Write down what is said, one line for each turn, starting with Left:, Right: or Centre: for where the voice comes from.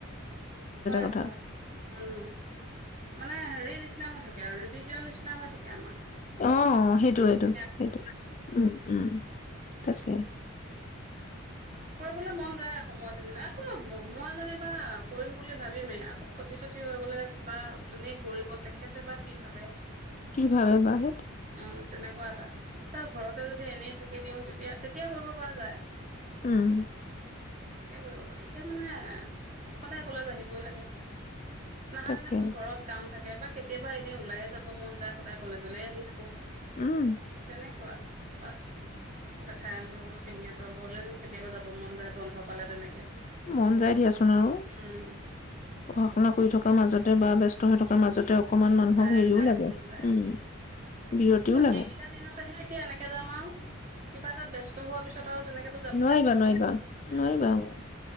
Right: হয়,
Left: কথা
Right: হয় উম, মানে হেৰি নিচিনা হৈ থাকে আৰু ফিজৰ নিচিনা হৈ থাকে আমাৰ।
Left: অ', সেইটোৱেটো
Right: সেইখিনি আকৌ
Left: সেইটো উম, উম। তাকে।
Right: কৰিবলৈ মন যায় সময়টো মিলাই আকৌ মই যেনিবা কৰিম বুলি ভাবিমেই, আকৌ ক্ষতি চতি হৈ গলে বা যোনে কৰিব তেখেতে বা কি ভাবে।
Left: কি ভাবে বা সেইটো
Right: উম তেনেকুৱা এটা, আৰু ঘৰতে যদি এনেই থাকি দিওঁ তেতিয়া তেতিয়া কৰিব পৰা যায়।
Left: উম।
Right: তেতিয়া কৰিব পাৰি, এতিয়া মানে সদায় কলেজ আহিবই লাগে। নাহা
Left: তাকে
Right: দিনাখন ঘৰত কাম থাক কেতিয়াবা কেতিয়াবা এনেই ওলাইে যাব মন যায় সদায় কলেজলে আহি থাকো
Left: উম
Right: তেনেকুৱা পালো, জেঠাহঁতৰ ঘৰ, পেহীহঁতৰ ঘৰলৈ। কেতিয়াবা যাব মন যায় বন্ধ পালে তেনেকে
Left: মন যাই দিয়াচোন আৰু
Right: উম
Left: পঢ়া শুনা কৰি থকাৰ মাজতে বা ব্যস্ত থিয় হৈ থকাৰ মাজতে অকমান মানুহক
Right: যায়,
Left: হেৰিও
Right: যায়
Left: লাগে
Right: মন যায়
Left: উম বিৰতিও
Right: আকৌ
Left: লাগে
Right: এইকেইটা দিনতহে এতিয়া এনেকে যাম আৰু কিবা তাত ব্যস্ত হোৱাৰ পিছত আৰু তেনেকেতো যাব
Left: নোৱাৰিবা
Right: নেপাওঁয়ে
Left: নোৱাৰিবা
Right: উম,
Left: নোৱাৰিবা অ',